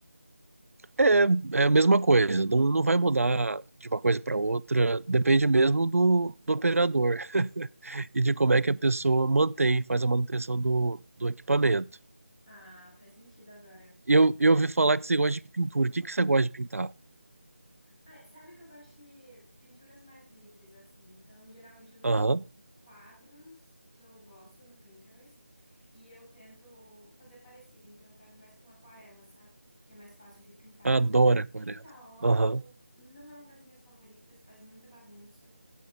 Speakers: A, on the right; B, on the left.
A: É, é a mesma coisa, não, não vai mudar de uma coisa para outra, depende mesmo do, do operador <laughs> e de como é que a pessoa mantém, faz a manutenção do, do equipamento.
B: Ah, faz sentido agora.
A: Eu, eu ouvi falar que você gosta de pintura. O que que você gosta de pintar?
B: Ah, sabe que eu gosto de pinturas mais livres, assim. Então, geralmente eu vejo
A: Aham,
B: quadros que eu gosto no Pinterest e eu tento fazer parecido. Então, eu pego mais com aquarela, sabe? Porque é mais fácil de pintar.
A: Adoro aquarela.
B: Tinta a óleo
A: Aham,
B: não é uma das minhas favoritas, faz muita bagunça.